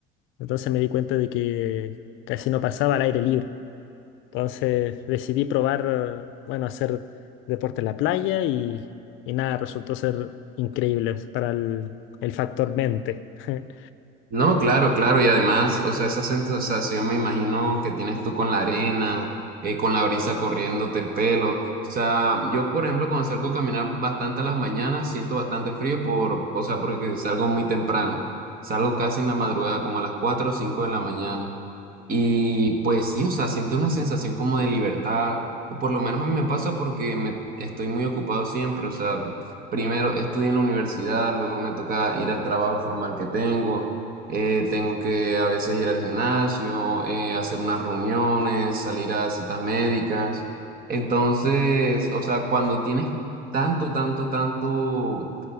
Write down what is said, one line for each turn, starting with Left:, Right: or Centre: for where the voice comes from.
Left: Entonces me di cuenta de que casi no pasaba al aire libre. Entonces decidí probar, eh, bueno, hacer deporte en la playa y, y nada, resultó ser increíble para el, el factor mente. <laughs>
Right: No, claro, claro, y además, o sea, esa sensación me imagino que tienes tú con la arena, eh, con la brisa corriéndote el pelo. O sea, yo, por ejemplo, cuando salgo a caminar bastante a las mañanas, siento bastante frío por, o sea, porque salgo muy temprano. Salgo casi en la madrugada, como a las 4 o 5 de la mañana. Y pues sí, o sea, siento una sensación como de libertad, o por lo menos a mí me pasa porque me estoy muy ocupado siempre, o sea, primero estudio en la universidad, luego me toca ir al trabajo formal que tengo, eh, tengo que a veces ir al gimnasio, eh, hacer unas reuniones, salir a citas médicas. Entonces, o sea, cuando tienes tanto, tanto, tanto